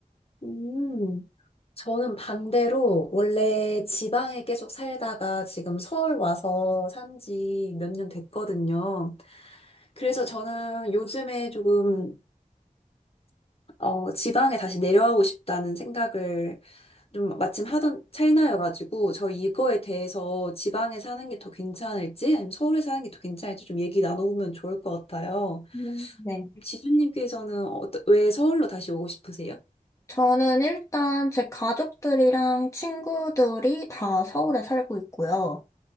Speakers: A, on the left (about 45°); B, on the left (about 20°).
A: 음, 저는 반대로 원래 지방에 계속 살다가 지금 서울 와서 산지 몇 년 됐거든요. 그래서 저는 요즘에 조금 어, 지방에 다시 내려가고 싶다는 생각을 좀 마침 하던 찰나여가지고 저 이거에 대해서 지방에 사는 게 더 괜찮을지 아니면 서울에 사는 게 더 괜찮을지 좀 얘기 나눠보면 좋을 것 같아요.
B: 음, 네.
A: 지수님께서는 어떠- 왜 서울로 다시 오고 싶으세요?
B: 저는 일단 제 가족들이랑 친구들이 다 서울에 살고 있고요.